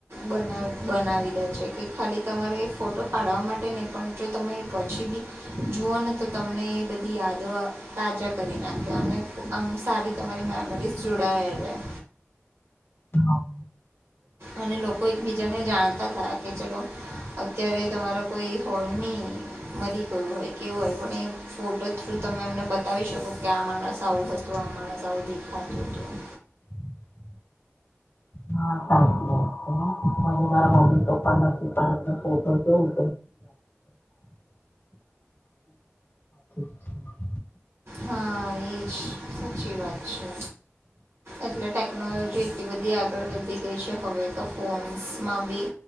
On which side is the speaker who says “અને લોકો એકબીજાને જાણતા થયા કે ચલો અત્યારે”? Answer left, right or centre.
Right